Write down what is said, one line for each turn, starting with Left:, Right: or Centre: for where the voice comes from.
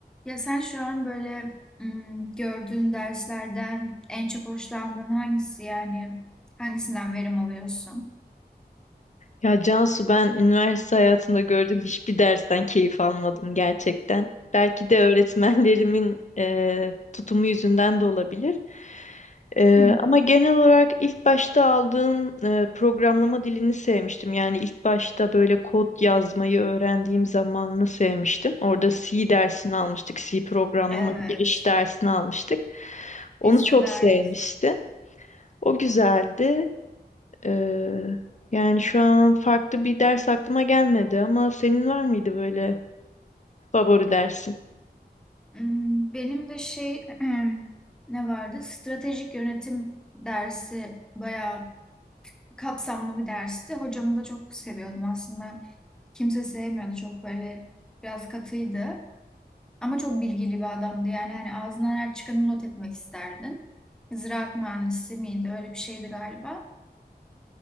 Centre: Ya sen şu an böyle ım, gördüğün derslerden en çok hoşlandığın hangisi yani hangisinden verim alıyorsun?
Left: Ya Cansu ben üniversite hayatımda gördüğüm hiçbir dersten keyif almadım gerçekten. Belki de öğretmenlerimin eee, tutumu yüzünden de olabilir. Eee,
Centre: Hmm.
Left: ama genel olarak ilk başta aldığım eee, programlama dilini sevmiştim. Yani ilk başta böyle kod yazmayı öğrendiğim zamanını sevmiştim. Orada C dersini almıştık, C programlama
Centre: Evet,
Left: giriş dersini almıştık. Onu
Centre: bizde
Left: çok
Centre: de aynı.
Left: sevmiştim. O güzeldi. Ee, yani şu an farklı bir ders aklıma gelmedi ama senin var mıydı böyle favori dersin?
Centre: Hmm, Benim de şey <clears throat> ne vardı? Stratejik yönetim dersi bayağı kapsamlı bir dersti. Hocamı da çok seviyordum aslında. Kimse sevmiyordu çok böyle biraz katıydı. Ama çok bilgili bir adamdı. Yani hani ağzından her çıkanı not etmek isterdin. Ziraat mühendisi miydi? Öyle bir şeydi galiba.